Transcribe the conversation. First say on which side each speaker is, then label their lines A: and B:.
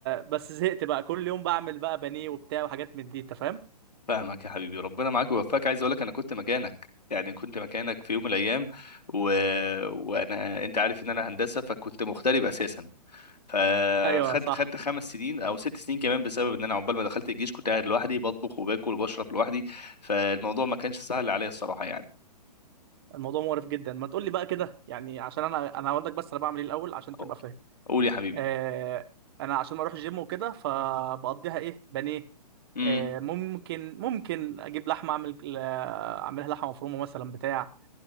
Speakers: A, on the right; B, on the left.
A: بس زهقت بقى كل يوم بعمل بقى بانيه وبتاع وحاجات من دي انت فاهم
B: فاهمك يا حبيبي ربنا معاك ويوفقك عايز اقول لك انا كنت مكانك يعني كنت مكانك في يوم من الايام و... وانا انت عارف ان انا هندسه فكنت مغترب اساسا فخدت
A: ايوه صح
B: خدت خمس سنين او ست سنين كمان بسبب ان انا عقبال ما دخلت الجيش كنت قاعد لوحدي بطبخ وباكل وبشرب لوحدي فالموضوع ما كانش سهل عليا الصراحه يعني
A: الموضوع مقرف جدا ما تقول لي بقى كده يعني عشان انا انا هقول لك بس انا بعمل ايه الاول عشان تبقى
B: أو-
A: فاهم
B: قول يا حبيبي
A: آه، انا عشان اروح الجيم وكده فبقضيها ايه بانيه
B: امم
A: آه، ممكن ممكن اجيب لحمه اعمل آه، اعملها لحمه مفرومه مثلا بتاع